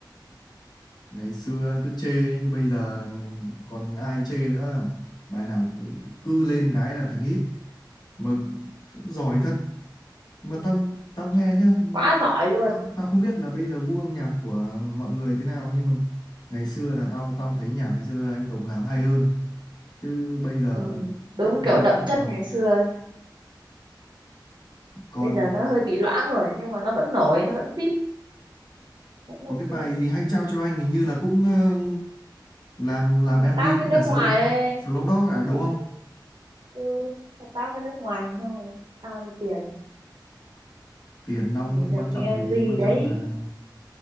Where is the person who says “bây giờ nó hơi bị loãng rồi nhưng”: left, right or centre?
Right